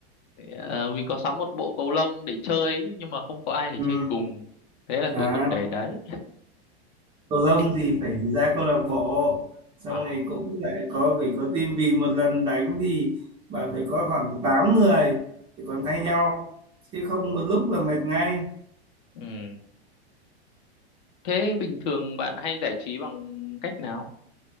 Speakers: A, on the left (about 45°); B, on the right (about 15°).
A: ờ, mình có sắm một bộ cầu lông để chơi ấy, nhưng mà không có ai để
B: ừ.
A: chơi cùng thế là
B: À,
A: cuối cùng để đấy
B: cầu lông
A: thích
B: thì phải ra câu lạc bộ xong
A: ờ
B: rồi cũng lại có phải có team vì một lần đánh thì bạn phải có khoảng 8 người thì còn thay nhau chứ không một lúc là mệt ngay
A: ừ. thế bình thường bạn hay giải trí bằng cách nào